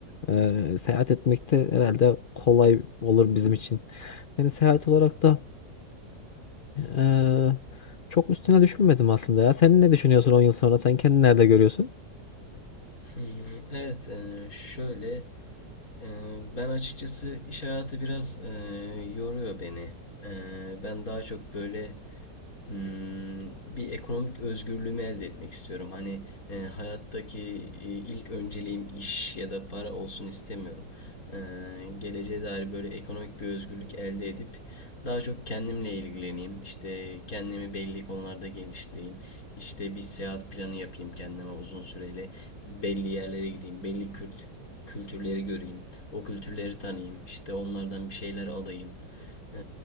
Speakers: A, on the left; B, on the left.
A: e, seyahat etmek de herhalde kolay olur bizim için. Yani seyahat olarak da Eee, çok üstüne düşünmedim aslında ya. Sen ne düşünüyorsun 10 yıl sonra? Sen kendini nerede görüyorsun?
B: Hmm, evet, e, şöyle. Ee, Ben açıkçası iş hayatı biraz e, yoruyor beni. Ee, Ben daha çok böyle Hmm, bir ekonomik özgürlüğümü elde etmek istiyorum. Hani e, hayattaki e, ilk önceliğim iş ya da para olsun istemiyorum. E, geleceğe dair böyle ekonomik bir özgürlük elde edip daha çok kendimle ilgileneyim. İşte kendimi belli konularda geliştireyim. İşte bir seyahat planı yapayım kendime uzun süreli. Belli yerlere gideyim, belli kült kültürleri göreyim. O kültürleri tanıyayım. İşte onlardan bir şeyler alayım. Ee,